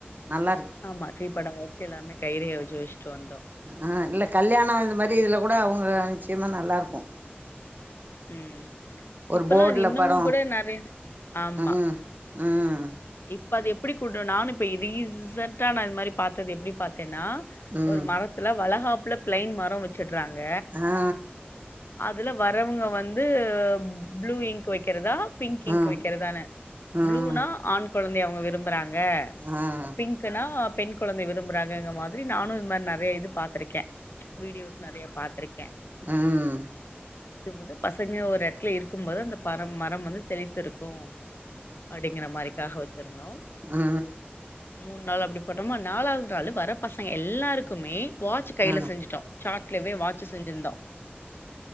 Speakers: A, on the right; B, on the left.
A: நல்லா இருக்கு
B: ஆமா ட்ரீ பட வைக்கலாமே கயிறையு எழுதி வெச்ட்டு வந்தோ
A: ஆ இல்ல கல்யாண அந்த மாரி இதில கூட அவங்க நிச்சயமா நல்லா இருக்கு
B: ம்
A: ஒரு
B: இப்பல்லா
A: போர்டுல
B: அது இன்னமு
A: படோ
B: கூட நறைய ஆமா
A: ம் ம்
B: இப்ப அது எப்டி கூடு நானு இப்ப ரீசண்டா நா இது மாரி பாத்தது எப்டி பாத்தேன்னா
A: ம்
B: ஒரு மரத்துல வளகாப்புல பிளைன் மர வெச்சுட்றாங்க.
A: ஆ
B: அதுல வரவங்க வந்து ப்ளூ இங்க் வைக்கிறதா பிங்க் இங்க்
A: ம்
B: வைக்கிறதானு
A: ம்
B: ப்ளூனா ஆண் குழந்தை அவங்க விரும்புறாங் க
A: ம்
B: பிங்க்னா பெண் குழந்தை விரும்புறாங்கங்க மாரி நானு இது மாரி நெறைய இது பாத்திருக்கே. வீடியோஸ் நெறைய பாத்திருக்கே
A: ம்
B: இது வந்து பசங்க ஒரு எடத்துல இருக்கும் போது அந்த பரம் மரம் வந்து செலித்திருக்கு அப்டிங்குற மாரிக்காக வெச்சிருந்தோ
A: ஆ
B: மூணு நாள் அப்டி போட்டோமா நாலாவது நாள் வர பசங்க எல்லாருக்குமே வாட்ச் கைல
A: ம்
B: செஞ்சுட்டோ சாட்லவே வாட்சு செஞ்சிருந்தோ